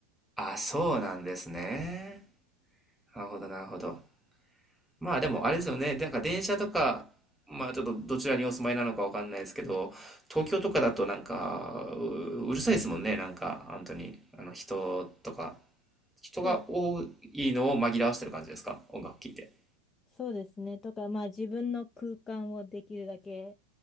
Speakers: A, in the centre; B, on the left.
A: あ、そうなんですね。なるほど、なるほど。まあでもあれですよね。なんか電車とか、まあちょっとどちらにお住まいなのかわかんないですけど、東京とかだとなんか、う、うるさいですもんね。なんか、本当に。あの人とか、
B: <laughs>
A: 人が多いのを紛らわしてる感じですか音楽聴いて。
B: そうで、そうですね。とか、まあ自分の空間をできるだけ